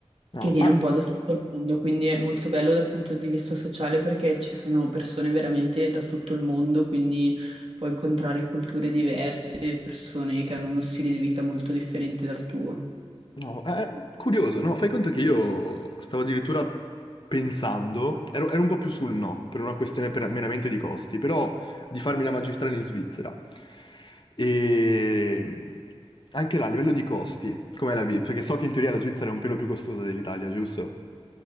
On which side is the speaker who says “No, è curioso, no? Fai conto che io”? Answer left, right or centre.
Left